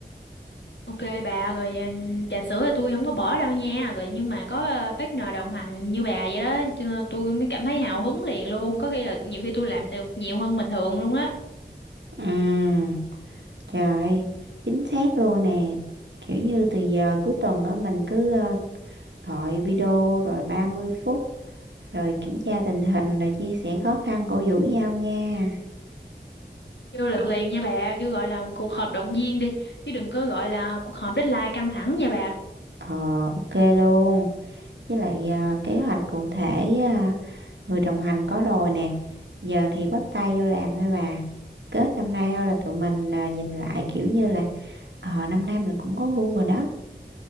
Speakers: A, on the left; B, on the right.
A: ok bà rồi ờ, trà sữa thì tôi không có bỏ đâu nha rồi nhưng mà có ờ, partner đồng hành như bà vậy đó cho nên tôi mới cảm thấy hào hứng liền luôn có khi là nhiều khi tôi làm được nhiều hơn bình thường luôn á
B: ừ trời chính xác luôn nè kiểu như từ giờ cuối tuần á mình cứ ờ, gọi video rồi ba mươi phút rồi kiểm tra tình hình rồi chia sẻ khó khăn cổ vũ nhau nha
A: kêu lịch liền nha bà kêu gọi là cuộc họp động viên đi chứ đừng có gọi là cuộc họp deadline căng thẳng nha bà
B: ờ ok luôn với lại ờ, kế hoạch cụ thể ờ, người đồng hành có rồi nè giờ thì bắt tay vô làm thôi bà kết năm nay thôi là tụi mình ờ, nhìn lại kiểu như là ờ năm nay mình cũng có gu rồi đó